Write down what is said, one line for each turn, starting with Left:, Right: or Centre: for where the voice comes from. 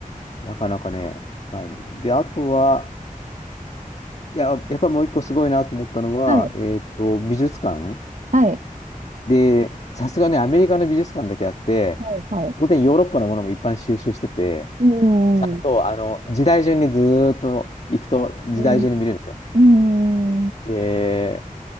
Left: なかなかね、ないので。で、あとは、いや、やっぱもう一個すごいなと思ったのは、
Right: はい。
Left: えっと、美術館
Right: はい。
Left: で、さすがね、アメリカの美術館だけあって、
Right: はい。はい。
Left: 当然ヨーロッパのものも一般収集してて、
Right: うん。
Left: ちゃんと、
Right: う
Left: あの、時代順にずーっと行くと時代順に見れるんですよ。
Right: ん。う
Left: で、